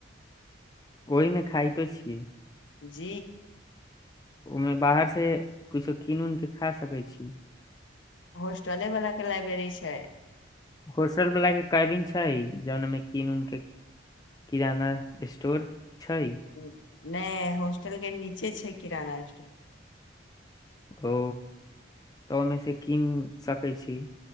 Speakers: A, on the left (about 20°); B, on the left (about 75°).
A: ओहिमे खाइतो छिय
B: ज
A: ओहिमे बाहर से किछो कीन उन के खा सकै छ
B: होस्टले बला के लाइब्रेरी छ
A: होसल बला के कबिन छै जेनामे कीनून क किराना स्टोर छ
B: नहि होस्टल के नीचे छै किराना स्ट
A: ओ तऽ ओहिमे से कीन सकै छ